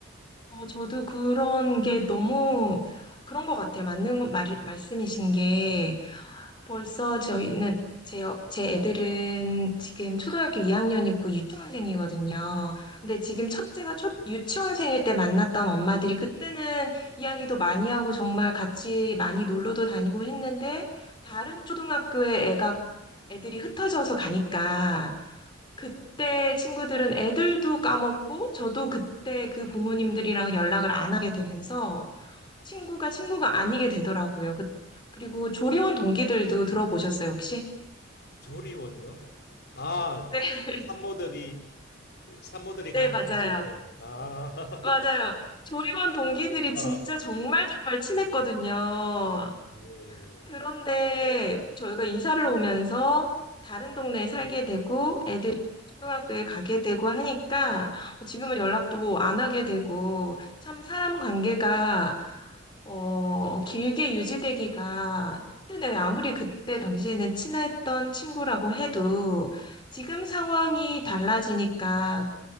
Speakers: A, on the left; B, on the left.
A: 어, 저도 그런 게 너무 그런 것 같아요. 맞는 말, 말씀이신 게.
B: 음,
A: 벌써 저희는 제, 제 애들은 지금 초등학교 2학년이고 유치원생이거든요. 근데
B: 음,
A: 지금 첫째가 첫 유치원생일 때 만났던 엄마들이 그때는 이야기도 많이 하고 정말 같이 많이 놀러도 다니고 했는데
B: 네.
A: 다른 초등학교에 애가 애들이 흩어져서 가니까 그때 친구들은 애들도 까먹고 저도 그때 그 부모님들이랑 연락을 안 하게 되면서 친구가 친구가 아니게 되더라고요. 그, 그리고 조리원 동기들도 들어보셨어요, 혹시?
B: 조리원요? 아,
A: 네,
B: 산모들이, 산모들이 가는
A: 네, 맞아요.
B: 곳이죠. 아, <laughs>
A: 맞아요. 조리원 동기들이
B: 아,
A: 진짜 정말 정말 친했거든요.
B: 예, 예.
A: 그런데 저희가 이사를 오면서 다른 동네에 살게 되고 애들이 다른 초등학교에 가게 되고 하니까 지금은 연락도 안 하게 되고 참 사람 관계가 어, 길게 유지되기가 힘드네요. 아무리 그때 당시에는 친했던 친구라고 해도 지금 상황이 달라지니까